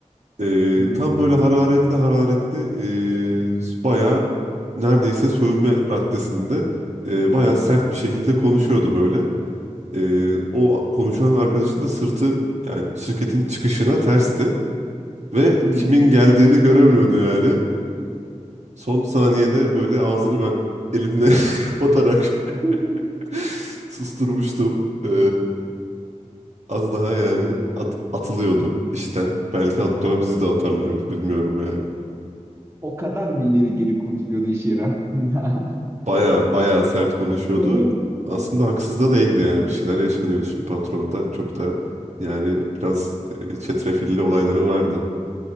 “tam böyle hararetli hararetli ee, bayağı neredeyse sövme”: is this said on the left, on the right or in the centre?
Right